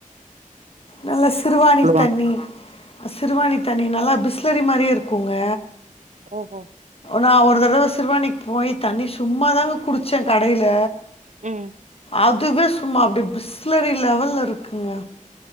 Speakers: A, on the left; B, on the right.
A: நல்ல சிறுவானி
B: சொல்லுவாங்க.
A: தண்ணி-சிறுவானி தன் நீ நல்லா பிஸ்லரி மாரியே இருக்குங்க
B: ஓ-ஓ
A: நா ஒரு தடவ சிருவானிக்கு போய் தண்ணி சும்மா தாங்க குடிச்ச கடைல
B: உம்
A: அதுவே சும்மா அப்டி பிஸ்லரி லெவல்ல இருக்குங்க